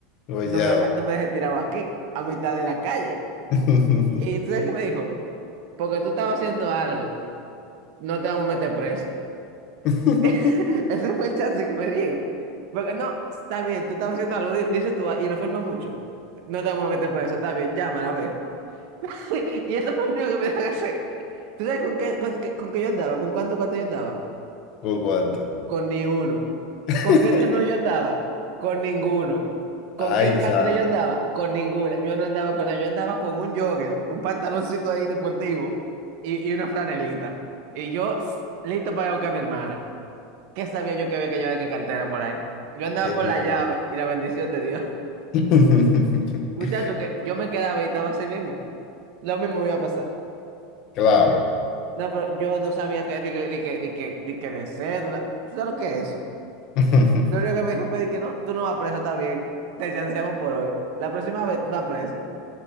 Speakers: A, on the left; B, on the right.
A: Pues
B: No
A: ya.
B: me, haga- no me dejes tirado aquí, a mitad de la calle.
A: <laughs> va.
B: Y tú sabes qué me dijo, porque tú estabas haciendo algo, no te vamos a meter preso.
A: <laughs>
B: <laughs> Ese fue el chance que me di. Porque no, está bien, tú estás haciendo algo, di- dice tú, ah, y la firma mucho. No te vamos a meter por eso, está bien, llámala a ver. <laughs> Y eso fue lo único que me dejan hacer. ¿Tú sabes con qué, con, qué- con qué yo andaba? ¿Con cuánto cuánto yo andaba?
A: Poco antes.
B: Con ni uno.
A: <laughs>
B: ¿Con qué teléfono yo andaba? Con ninguno. ¿Con
A: Ay,
B: qué cartera
A: San,
B: yo andaba? Con ninguna. Yo no andaba con nada, yo andaba con un jogger, un pantaloncito ahí deportivo y, y una franelita. Y yo, s- listo para ir a buscar a mi hermana. ¿Qué sabía yo que había que llevar qué cartera por ahí? Yo andaba
A: qué
B: con
A: rico.
B: la llave y la bendición de Dios. <laughs>
A: <laughs>
B: Muchacho, que yo me quedaba y estaba así mismo. Lo mismo me iba a pasar.
A: Claro.
B: No, pero yo no sabía que, ni que, ni que, ni que, ni que de cédula. ¿Tú sabes lo que es eso?
A: <laughs>
B: Lo único que me dijo fue de que no, tú no vas preso, está bien. Te chanceamos por hoy. La próxima vez vas preso.